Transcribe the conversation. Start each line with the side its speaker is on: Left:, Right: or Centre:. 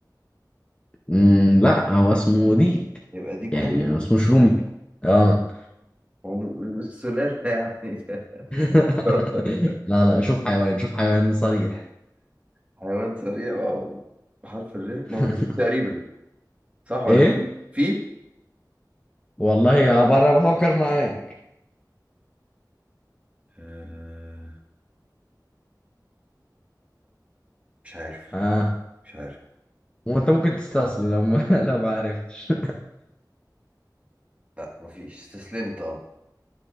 Left: مم. لا هو اسمه ديك
Right: يبقى ديك
Left: يعني
Right: رومي
Left: اسمه شرومي اه
Right: هو م- م- مش سلالة يعني
Left: <laughs>
Right: <laughs>
Left: لا لا شوف حيوان شوف حيوان صريح
Right: حيوان سريع ما هو بحرف الر ما هو
Left: <laughs>
Right: فيه تقريبا صح ولا
Left: ايه
Right: في في
Left: والله يا بره بفكر معاك
Right: آه. مش عارف
Left: اه
Right: مش عارف
Left: وانت ممكن تستسلم لو ما <laughs> لو ما عرفتش
Right: لا مفيش استسلمت اه